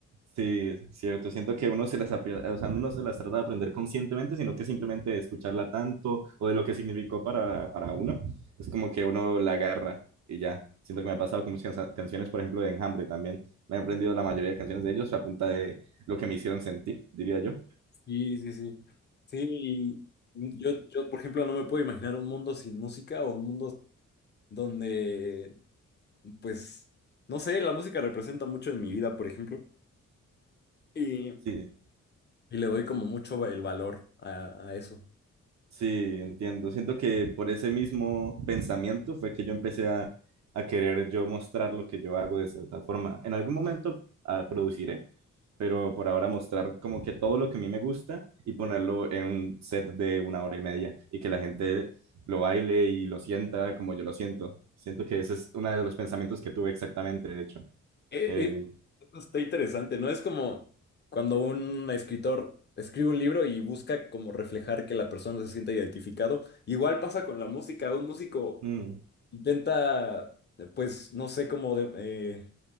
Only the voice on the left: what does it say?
Sí, sí, sí. Sí, y yo, yo, por ejemplo, no me puedo imaginar un mundo sin música o un mundo donde pues, no sé, la música representa mucho en mi vida, por ejemplo, y, y
le doy como mucho el valor a, a eso.
Eh,
eh, Esto está interesante, ¿no? Es como cuando un escritor escribe un libro y busca como reflejar que la persona se sienta identificado. Igual pasa con la música, un músico
intenta, pues, no sé, como de- eh,